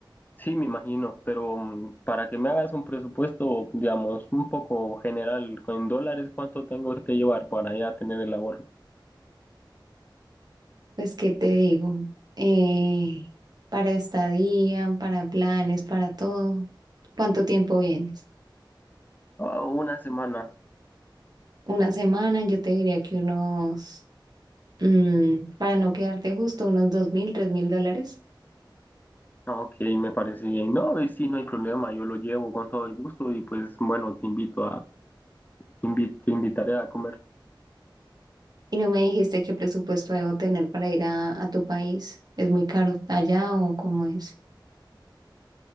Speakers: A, on the left (about 20°); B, on the right (about 55°).
A: Sí, me imagino, pero mm, para que me hagas un presupuesto, digamos, un poco general, en dólares, ¿cuánto tengo que llevar para ya tener el ahorro?
B: Pues qué te digo, Eh, para estadía, para planes, para todo, ¿cuánto tiempo vienes?
A: Ah, una semana.
B: Una semana, yo te diría que unos, mm, para no quedarte justo, unos dos mil, tres mil dólares.
A: Ah, Ok, me parece bien. No, y sí, no hay problema, yo lo llevo con todo el gusto y pues bueno, te invito a, invi- te invitaré a comer.
B: Y no me dijiste qué presupuesto debo tener para ir a, a tu país. ¿Es muy caro allá o cómo es?